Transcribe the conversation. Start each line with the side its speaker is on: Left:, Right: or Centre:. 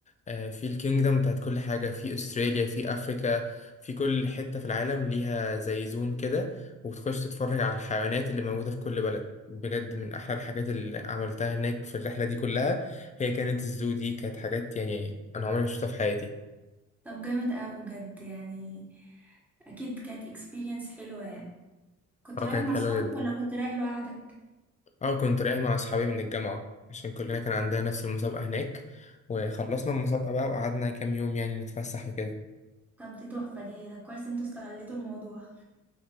Left: آه، في الكينجدم بتاعت كل حاجة في أستراليا في أفريكا في كل حتة في العالم ليها زي زون كده وبتخش تتفرج على الحيوانات اللي موجودة في كل بلد بجد من أحلى الحاجات اللي عملتها هناك في الرحلة دي كلها هي كانت الزو دي كانت حاجات يعني أنا عمري ما شفتها في حياتي
Centre: طب جامد قوي بجد يعني اكيد كانت اكسبيرينس حلوة يعني كنت
Left: أه
Centre: رايح
Left: كانت
Centre: مع
Left: حلوة
Centre: اصحابك
Left: جدا
Centre: ولا كنت رايح لوحدك
Left: أه كنت رايح مع أصحابي من الجامعة عشان كلنا كان عندنا نفس المسابقة هناك وخلصنا المسابقة بقى وقعدنا كام يوم يعني نتفسح وكده
Centre: طب دي تحفة دي ده كويس انتوا استغلتوا الموضوع